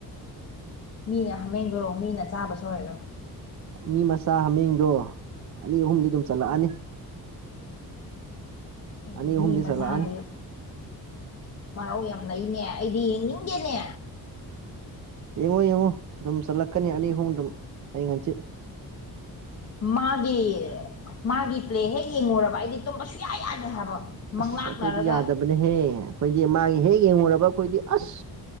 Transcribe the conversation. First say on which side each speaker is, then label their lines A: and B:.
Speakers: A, on the left; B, on the right.
A: ꯃꯤꯅ ꯍꯥꯃꯦꯡꯗꯣ ꯃꯤꯅ ꯆꯥꯕꯁꯨ ꯑꯣꯏꯔꯣꯏ
B: ꯃꯤ ꯃꯆꯥ ꯍꯥꯃꯦꯡꯗꯣ ꯑꯅꯤ ꯑꯍꯨꯝꯗꯤ ꯑꯗꯨꯝ ꯆꯠꯂꯛꯑꯅꯤ
A: ꯑꯒꯤ
B: ꯑꯅꯤ ꯑꯍꯨꯝꯗꯤ
A: ꯃꯤ ꯃꯆꯥꯗꯨ
B: ꯆꯠꯂꯛꯑꯅꯤ
A: ꯃꯔꯧ ꯌꯥꯝ ꯏꯅꯦ ꯑꯩꯗꯤ ꯌꯦꯡꯅꯤꯡꯒꯦꯅꯦ
B: ꯌꯦꯡꯉꯣ ꯌꯦꯡꯉꯣ ꯑꯗꯨꯝ ꯆꯠꯂꯛꯀꯅꯤ ꯑꯅꯤ ꯑꯍꯨꯝ ꯑꯗꯨꯝ ꯑꯩ ꯉꯟꯆꯤꯠ
A: ꯃꯥꯒꯤ ꯃꯥꯒꯤ ꯄ꯭ꯂꯦ ꯍꯦꯛ ꯌꯦꯡꯉꯨꯔꯕ ꯑꯩꯗꯤ ꯇꯨꯝꯕ ꯁꯨꯡꯌꯥ ꯌꯥꯗꯦ ꯍꯥꯏꯕ ꯃꯪꯂꯥꯛꯅꯔꯒ
B: ꯑꯁ ꯑꯩꯈꯣꯏꯗꯤ ꯌꯥꯗꯕꯅꯦꯍꯦ ꯑꯩꯈꯣꯏꯗꯤ ꯃꯥꯒꯤ ꯍꯦꯛ ꯌꯦꯡꯉꯨꯔꯕ ꯑꯩꯈꯣꯏꯗꯤ ꯑꯁ